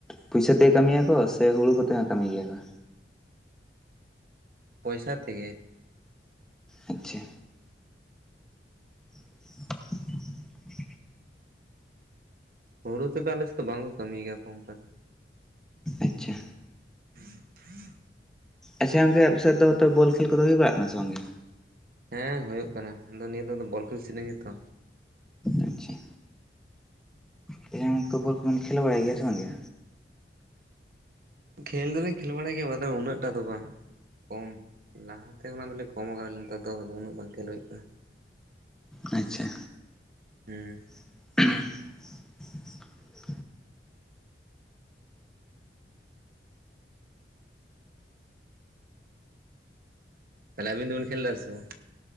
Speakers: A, in the centre; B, on the right (about 55°).
A: ᱯᱩᱭᱥᱟᱹ ᱛᱮ ᱠᱟᱹᱢᱤᱭᱟᱠᱚ ᱥᱮ ᱦᱩᱲᱩ ᱠᱚᱛᱮ ᱦᱚ ᱠᱟᱹᱢᱤ ᱜᱮᱭᱟ ᱠᱚ?
B: ᱯᱚᱭᱥᱟ ᱛᱮᱜᱮ᱾
A: ᱟᱪᱪᱷᱟ, <inaudible>
B: ᱦᱩᱲᱩ ᱛᱮᱫᱚ ᱟᱞᱮᱥᱮᱫ ᱫᱚ ᱵᱟᱝᱠᱚ ᱠᱟᱹᱢᱤ ᱜᱮᱭᱟᱠᱚ ᱚᱱᱠᱟ ᱫᱚ᱾
A: ᱟᱪᱪᱷᱟ,
B: <inaudible>
A: ᱟᱪᱪᱷᱟ ᱜᱚᱝᱠᱮ ᱟᱯᱮ ᱥᱮᱫ ᱫᱚ ᱵᱚᱞ ᱠᱷᱮᱞ ᱠᱚᱫᱚ ᱦᱩᱭ ᱵᱟᱲᱟᱜ ᱠᱟᱱᱟ ᱥᱮ ᱵᱟᱝᱜᱮ?
B: ᱦᱮᱸ ᱦᱩᱭᱩᱜ ᱠᱟᱱᱟ ᱟᱫᱚ ᱱᱤᱭᱟᱹ ᱫᱚ ᱵᱚᱞ ᱠᱷᱮᱞ <unintelligible> ᱜᱮᱛᱚ,
A: ᱟᱪᱪᱷᱟ ᱛᱮᱦᱮᱧ <unintelligible> <unintelligible> ᱵᱚᱞ ᱠᱚᱫᱚᱢ ᱠᱷᱮᱞ ᱵᱟᱲᱟᱭ ᱜᱮᱭᱟ ᱥᱮ ᱵᱟᱝᱜᱮ?
B: ᱠᱷᱮᱞ ᱫᱚᱞᱮᱧ ᱠᱷᱮᱞ ᱵᱟᱲᱟᱭ ᱜᱮᱭᱟ ᱩᱱᱟᱹᱜ ᱴᱟ ᱫᱚ ᱵᱟᱝ ᱠᱚᱢ᱾ ᱞᱟᱦᱟ, ᱛᱮ ᱚᱱᱟ ᱫᱚᱞᱮ ᱠᱚᱢ ᱟᱠᱟᱫᱞᱤᱧ ᱱᱮᱛᱟᱨ ᱫᱚ ᱩᱱᱟᱹᱜ ᱵᱟᱝ ᱠᱷᱮᱞ ᱦᱩᱭᱩᱜ ᱠᱟᱱᱟ᱾
A: ᱟᱪᱪᱷᱟ,
B: ᱦᱩᱸ,
A: <unintelligible>
B: ᱛᱟᱦᱚᱞᱮ ᱟᱵᱤᱱ ᱫᱚᱵᱤᱱ ᱠᱷᱮᱞ ᱫᱟᱥᱮ ᱵᱟᱝ?